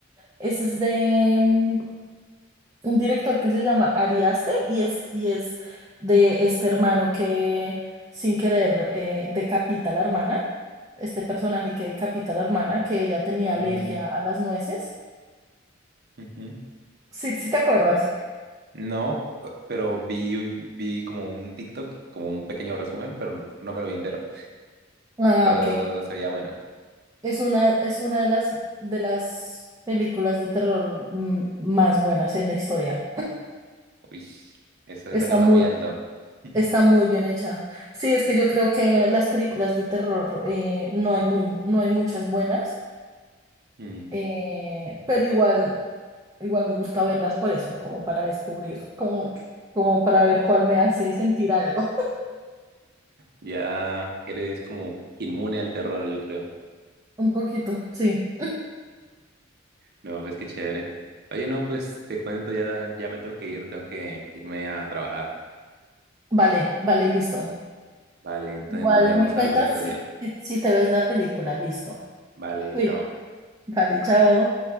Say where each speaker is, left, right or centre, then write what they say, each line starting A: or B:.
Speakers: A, on the right (about 15°); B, on the right (about 50°).
A: esa es de, mm, un director que se llama Ari Aster y es, y es de este hermano que sin querer eh, decapita a la hermana, este personaje que decapita a la hermana, que ella tenía alergia
B: Mm,
A: a las nueces.
B: ujú.
A: Sí, sí te acuerdas.
B: No, p- pero vi, vi como un TikTok, como un pequeño resumen, pero no me lo vi entero.
A: Ah,
B: Pero
A: ok.
B: se veía buena.
A: Es una, es una de las, de las películas de terror mm, más buenas en la historia.
B: Uy, eso
A: Está
B: es dejarla
A: muy,
B: muy alto. <laughs>
A: está muy bien hecha. Sí, es que yo creo que las películas de terror eh, no hay muy, bu- no hay muchas buenas.
B: Mm,
A: Eh, pero igual Igual me gusta verlas por eso, como para descubrir, como, como para ver cuál me hace sentir algo.
B: ya eres como inmune al terror, yo creo.
A: <laughs> Un poquito, sí.
B: No, pues qué chévere. Oye, no, pues te cuento, ya, ya me tengo que ir, tengo que irme a trabajar.
A: Vale, vale, listo.
B: Vale, entonces
A: Igual
B: nos vemos,
A: me cuentas
B: hablamos otro
A: si,
B: día.
A: si si te ves la película, listo.
B: Vale,
A: Cuida.
B: chao.
A: Vale, chao.